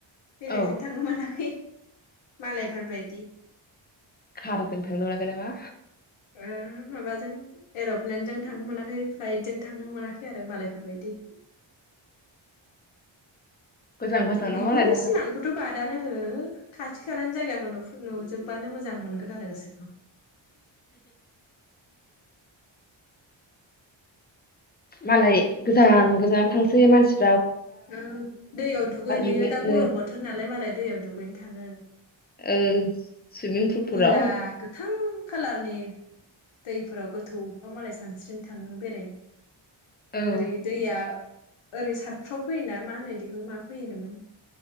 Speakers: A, on the left; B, on the left.
A: बेलेगजजों
B: औ
A: थांनो मोनाखै। मालायफोर बायदि
B: खार थांनोमोनाखै नामा?
A: ओम माबाजों एर'प्लेनजों थांनो मोनाखै फ्लाइजों थांनो मोनाखै आरो मालायफोर बायदि।
B: गोजान गोजानाव
A: बेफोरनि
B: मालाय दाना
A: सिमांखौथ' बादानो हो खाथि खालानि जायगाखौनो नु नुजोब बानो मोजां मोनगोन आरो गोसोखौ।
B: मालाय गोजान गोजान थांसै मानसि
A: ओ दैयाव दुगैहैयो
B: इउ एस
A: दा
B: नो
A: गरम बोथोर नालाय मालाय दैयाव दुगैनो थाङो।
B: ओं। सुइमिं पुलफोराव
A: निला गोथां खालारनि दैफोराव गोथां मालाय सानस्रिनो थाङो बेराय
B: औ
A: रै दैया ओरै सारफ्राव फैयोना मा होनो बेखौ मा फै होनदोंमोन